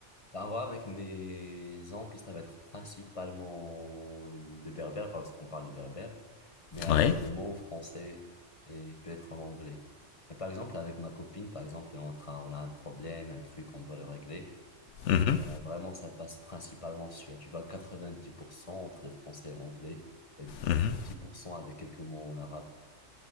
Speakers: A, on the left; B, on the left.
A: Bah, en vrai, avec mes oncles, ça va être principalement le berbère, parce qu'on parle le berbère, mais avec
B: Ouais.
A: des mots français et peut-être en anglais. Mais par exemple, avec ma copine, par exemple, on est en train, on a un problème, un truc, on doit le régler.
B: Mhm,
A: Euh, vraiment, ça passe principalement sur, tu vois, 90% entre les français et anglais, et 10%
B: mhm.
A: avec quelques mots en arabe.